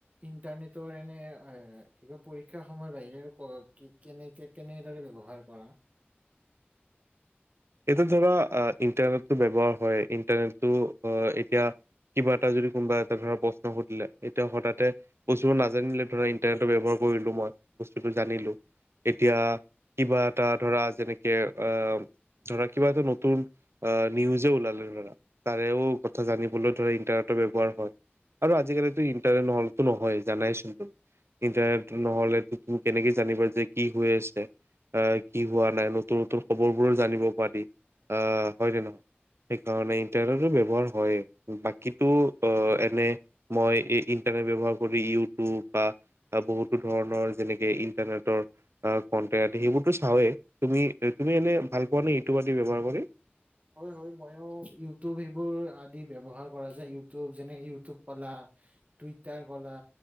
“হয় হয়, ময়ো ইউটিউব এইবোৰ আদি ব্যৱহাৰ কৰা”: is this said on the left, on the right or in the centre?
Right